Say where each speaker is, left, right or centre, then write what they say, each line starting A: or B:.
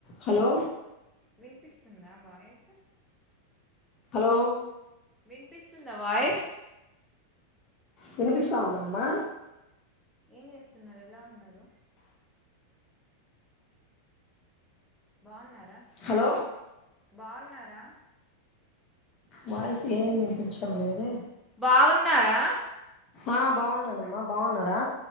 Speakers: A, on the left (about 30°); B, in the centre.
A: Hello
B: వినిపిస్తుందా voice
A: hello
B: వినిపిస్తున్న దవాయిస్
A: వినిపిస్తా దఅమ్మా
B: ఏం చేస్తున్నారు ఎలా ఉన్నారు బాగున్నారా
A: హలో
B: బాగున్నారా
A: వాయసు ఏమి వినిపించడం లేదు
B: బావున్నారా
A: ఆ బాగున్నానమ్మా బాగున్నారా